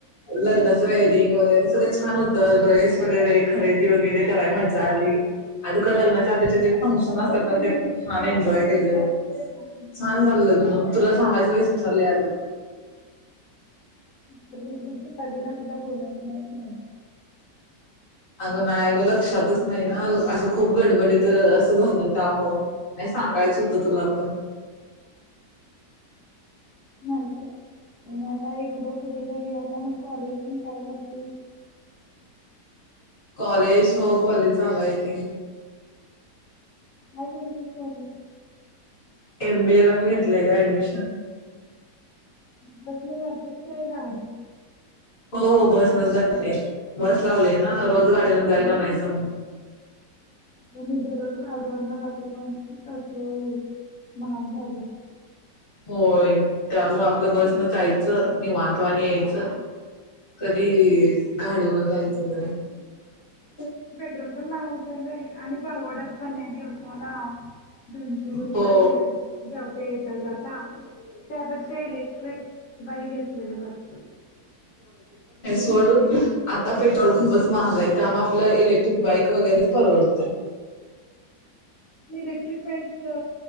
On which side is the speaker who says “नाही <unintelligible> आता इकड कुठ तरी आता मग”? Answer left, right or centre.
Left